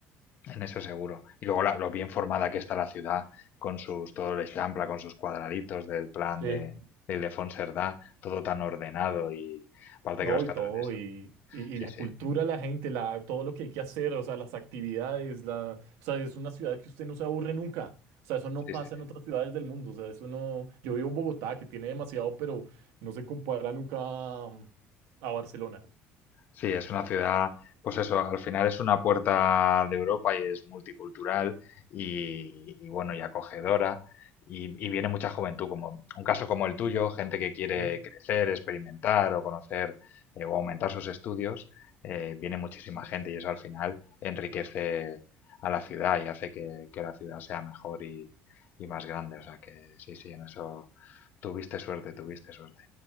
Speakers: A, on the left (about 40°); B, on the right (about 80°).
A: en eso seguro. Y luego la- lo bien formada que está la ciudad con sus, todo el Eixample, con sus cuadraditos del plan
B: Sí,
A: de, de Ildefons Cerdá, todo tan ordenado y aparte
B: no,
A: que los catalanes,
B: y todo, y,
A: son-
B: y,
A: sí,
B: y la
A: sí,
B: cultura, la gente, la, todo lo que hay que hacer, o sea, las actividades, la, o sea, es una ciudad que usted no se aburre nunca. O sea, eso no
A: sí,
B: pasa
A: sí.
B: en otras ciudades del mundo. O sea, eso no. Yo vivo en Bogotá, que tiene demasiado, pero no se compara nunca mm, a Barcelona.
A: Sí, es una ciudad, pues eso, al final es una puerta de Europa y es multicultural y, y bueno, y acogedora. Y, y viene mucha juventud, como un caso como el tuyo, gente que quiere
B: Sí.
A: crecer, experimentar o conocer eh, o aumentar sus estudios, eh, viene muchísima gente y eso al final enriquece a la ciudad y hace que, que la ciudad sea mejor y, y más grande. O sea que sí, sí, en eso tuviste suerte, tuviste suerte.